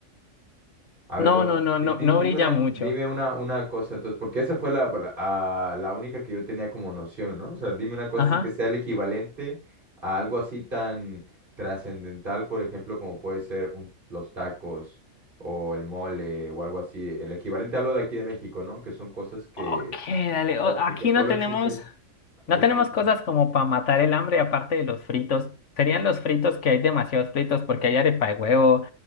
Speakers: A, on the right; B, on the left.
A: a ver,
B: no,
A: bueno,
B: no, no,
A: di-
B: no,
A: di-
B: no
A: dime
B: brilla
A: una,
B: mucho.
A: dime una, una cosa, entonces, porque esa fue la, la, ah, la única que yo tenía como noción, ¿no? O sea, dime una cosa
B: Ajá.
A: así que sea el equivalente a algo así tan trascendental, por ejemplo, como puede ser un, los tacos o el mole o algo así. El equivalente hablo de aquí de México, ¿no? Que son cosas que,
B: Ok, dale.
A: que, so-
B: O- Aquí
A: que- que solo
B: no tenemos,
A: existe,
B: no
A: que solo
B: tenemos
A: existe.
B: cosas como para matar el hambre, aparte de los fritos. Serían los fritos que hay demasiados fritos porque hay arepa de huevo,